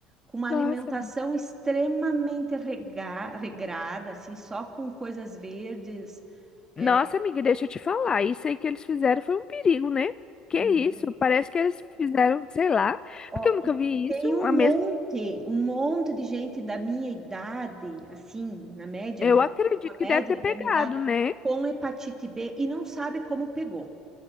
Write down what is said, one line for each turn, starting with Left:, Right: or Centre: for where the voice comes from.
Right: com uma
Left: Nossa,
Right: alimentação extremamente rega- regrada, assim, só com coisas verdes. É,
Left: Nossa, amiga, deixa eu te falar. Isso aí que eles fizeram foi um perigo, né? Que
Right: não.
Left: isso? Parece que eles fizeram, sei lá,
Right: Ó,
Left: porque eu nunca
Right: e
Left: vi
Right: tem
Left: isso.
Right: um
Left: A mesma,
Right: monte, um monte de gente da minha idade, assim, na média,
Left: eu
Right: né?
Left: acredito
Right: Uma
Left: que
Right: média
Left: deve ter pegado,
Right: da minha idade,
Left: né?
Right: com hepatite B e não sabe como pegou.